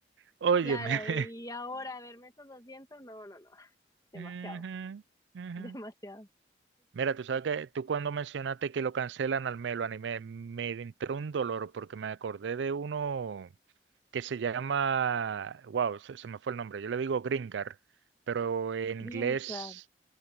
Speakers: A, on the right (about 85°); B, on the left (about 20°).
A: Óyeme.
B: claro,
A: <laughs>
B: y ahora verme esos 200 no, no, no, demasiado,
A: Ujú,
B: <laughs>
A: ujú.
B: demasiado.
A: Mira, tú sabes que tú cuando mencionaste que lo cancelan al Melo anime, me entró un dolor porque me acordé de uno que se llama, wow, se, se me fue el nombre, yo le digo Gringar, pero en
B: Crincar,
A: inglés